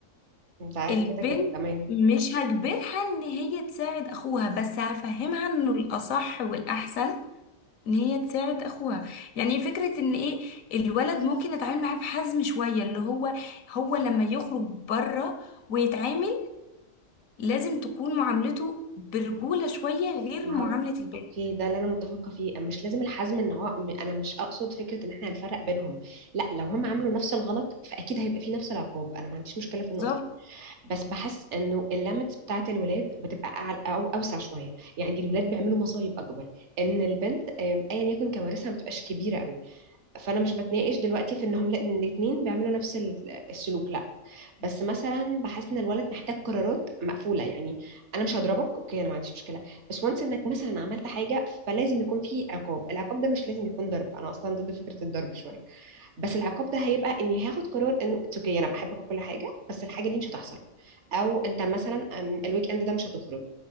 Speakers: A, on the right; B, on the left.
A: انت
B: البنت
A: كده كده تمام
B: مش هجبرها ان هي تساعد اخوها بس هفهمها انه الاصح والاحسن ان هي تساعد اخوها يعني فكرة ان ايه الولد ممكن اتعامل معاه بحزم شوية اللي هو هو لما يخرج بره ويتعامل لازم تكون معاملته برجولة شوية غير
A: ما
B: معاملة
A: هو
B: البنت
A: اوكي ده اللي انا متفقه فيه مش لازم الحزم ان هو م- انا مش اقصد فكره ان احنا هنفرق بينهم لا لو هم عملوا نفس الغلط فاكيد هيبقى فيه نفس العقاب انا ما عنديش مشكله في النقطه
B: بالظبط
A: دي بس بحس انه الليميتس بتاعه الولاد بتبقى أعل او اوسع شويه يعني الولاد بيعملوا مصايب اكبر ان البنت آم، ايا يكن كوارثها ما بتبقاش كبيره قوي فانا مش بتناقش دلوقتي في انهم لأ- ان الاتنين بيعملوا نفس ال- السلوك لا بس مثلا بحس ان الولد محتاج قرارات مقفوله يعني انا مش هضربك اوكي انا ما عنديش مشكله بس وانس انك مثلا عملت حاجه فلازم يكون في عقاب العقاب ده مش لازم يكون ضرب انا اصلا ضد فكره الضرب شويه بس العقاب ده هيبقى اني هاخد قرار انه اتس اوكي انا بحبك وكل حاجه بس الحاجه دي مش هتحصل او انت مثلا أم، الويك اند ده مش هتخرج